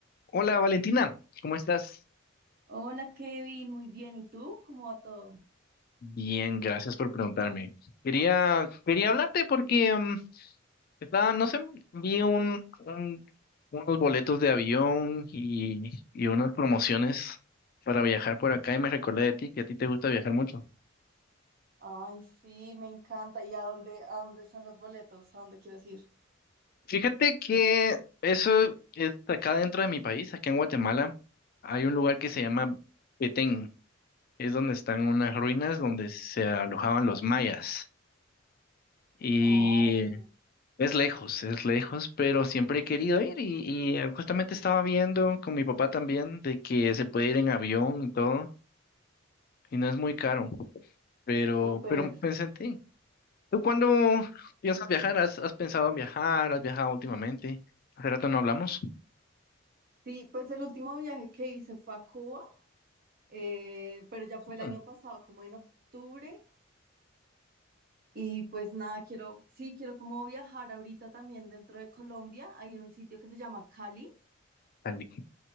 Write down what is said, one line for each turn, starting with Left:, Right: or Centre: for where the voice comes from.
Left: Hola Valentina, ¿cómo estás?
Right: Hola Kevin, muy bien. ¿Y tú? ¿Cómo va todo?
Left: Bien, gracias por preguntarme. Quería, quería hablarte porque mm, estaba, no sé, vi un, un- unos boletos de avión y, y unas promociones para viajar por acá y me recordé de ti, que a ti te gusta viajar mucho.
Right: Ay, sí, me encanta. ¿Y a dónde, a dónde son los boletos? ¿A dónde quieres ir?
Left: Fíjate que eso es acá dentro de mi país, acá en Guatemala, hay un lugar que se llama Petén, es donde están unas ruinas donde se alojaban los mayas. Y
Right: Oh,
Left: Es lejos, es lejos, pero siempre he querido ir y, y, eh, justamente estaba viendo con mi papá también de que se puede ir en avión y todo, y no es muy caro, pero,
Right: súper.
Left: pero pensé en ti. ¿Tú cuándo piensas viajar? ¿Has, has pensado en viajar? ¿Has viajado últimamente? Hace rato no hablamos.
Right: Sí, pues el último viaje que hice fue a Cuba, eh, pero ya fue el año
Left: Mm,
Right: pasado, como en octubre. Y pues nada, quiero, sí, quiero como viajar ahorita también dentro de Colombia. Hay un sitio que se llama Cali.
Left: Andy.